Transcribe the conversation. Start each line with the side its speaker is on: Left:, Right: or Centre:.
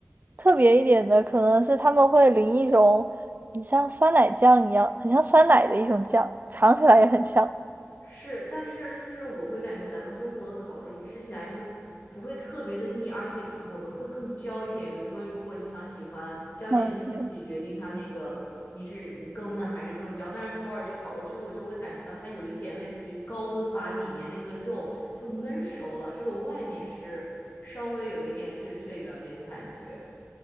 Right: 特别一点的，可能是他们会淋一种很像酸奶酱一样，很像酸奶的一种酱，尝起来也很像。
Left: 是，但是就是我会感觉咱们中国的烤肉，你吃起来就不会特别的腻，而且我们会更焦一点。比如说，如果你想喜欢焦一点，
Right: 嗯，
Left: 就能自己决定它那个你是更嫩还是更焦。
Right: 嗯
Left: 但是土耳其烤肉，其实我就会感觉到它有一点类似于高温把里面那个肉就焖熟了，只有外面是稍微有一点脆脆的那种感觉。